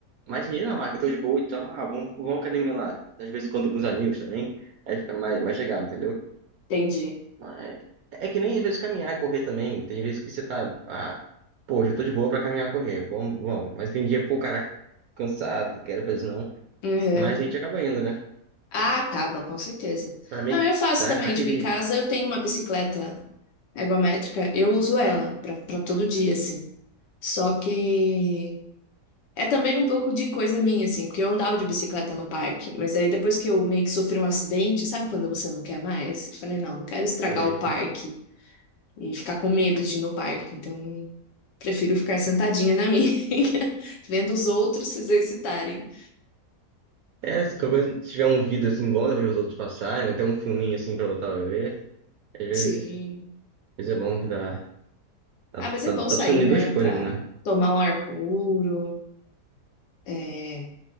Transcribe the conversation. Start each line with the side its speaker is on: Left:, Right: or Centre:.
Right: Mas tem dia não, ah, que eu tô de boa, então, ah, vamos, vamos à academia lá. Às vezes encontro com os amigos também, aí fica mais, mais legal, entendeu?
Left: Entendi.
Right: Mas é que nem às vezes caminhar e correr também. Tem vezes que você tá, ah, pô, hoje eu tô de boa pra caminhar e correr, vamos, vamos. Mas tem dia, pô, caraca, cansado, não quero fazer isso não.
Left: Uhum.
Right: Mas a gente acaba indo, né?
Left: Ah,
Right: Pra
Left: acaba, com certeza.
Right: pra meio
Left: Não,
Right: que
Left: eu faço
Right: dar
Left: também,
Right: aquele.
Left: tipo, em casa eu tenho uma bicicleta ergométrica, eu uso ela pra, pra todo dia, assim. Só que é também um pouco de coisa minha, assim, porque eu andava de bicicleta no parque, mas aí depois que eu meio que sofri um acidente, sabe quando você não quer mais? Eu falei, não, não quero estragar
Right: é,
Left: o parque e ficar com medo de ir no parque, então prefiro ficar sentadinha na minha, <laughs> vendo os outros se exercitarem.
Right: É, se qualquer coisa- se tiver um vídeo assim bom, dá pra ver os outros passarem, até um filminho assim pra voltar a ver. Às vezes,
Left: Sim.
Right: às vezes é bom que dá, dá,
Left: Ah, mas
Right: dá,
Left: é bom
Right: dá
Left: sair,
Right: pra unir
Left: né,
Right: duas coisas,
Left: pra
Right: né?
Left: tomar um ar puro. É,